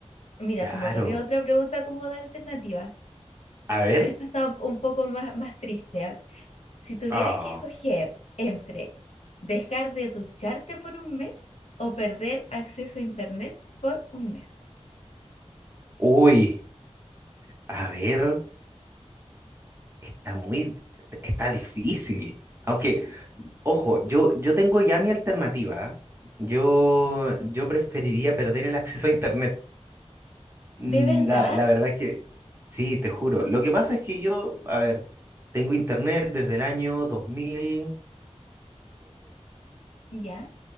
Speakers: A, on the left; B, on the right.
A: Mira,
B: Claro.
A: se me ocurrió otra pregunta como de alternativa.
B: A ver.
A: Pero esta está un poco más, más triste. ¿ah? Si tuvieras
B: Ah.
A: que escoger entre dejar de ducharte por un mes o perder acceso a internet por un mes.
B: Uy. A ver, está muy, está difícil. Aunque, ojo, yo, yo tengo ya mi alternativa. Yo, yo preferiría perder el acceso a Internet. Mm,
A: ¿De verdad?
B: La, la verdad es que, sí, te juro. Lo que pasa es que yo, a ver, tengo Internet desde el año 2008.
A: Ya.